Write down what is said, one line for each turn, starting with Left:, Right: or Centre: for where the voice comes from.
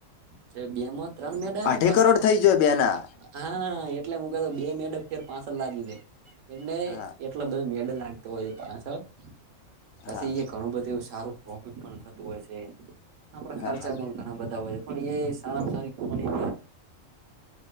Right: ત્રબેમાં ત્રણ મેડા આવે
Left: અઢી
Right: ને પાસળ.
Left: કરોડ થઈ જોય બેના
Right: હા એટલે મું કતો બે મેડો ફેર પાસલ લાગી છે, એટલે
Left: હા
Right: એટલો બધો મેડલ લાગતો હોયએ પાસડ, પછી
Left: હા
Right: એ ઘણું બધું એવું સારું પ્રોફિટ પણ થતું હોય છે, આપણા
Left: હા
Right: ખર્ચા
Left: હા
Right: પણ ઘણાં બધ ધા હોય છે, પણ એ સારામાં સારી કમાણી